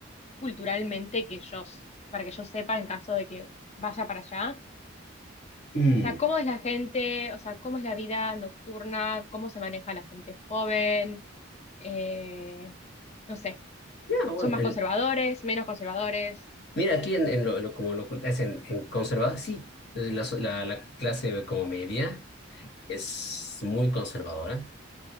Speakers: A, on the left; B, on the left.
A: culturalmente que yo, s- para que yo sepa en caso de que vaya para allá?
B: Mm,
A: O sea, ¿cómo es la gente? O sea, ¿cómo es la vida nocturna? ¿Cómo se maneja la gente joven? Eh, no sé,
B: Ya, bueno,
A: ¿son más
B: el,
A: conservadores, menos conservadores?
B: mira, aquí en, en lo, en lo- como lo es en, en conservador, sí, eh, la, so- la, la clase como media. es muy conservadora.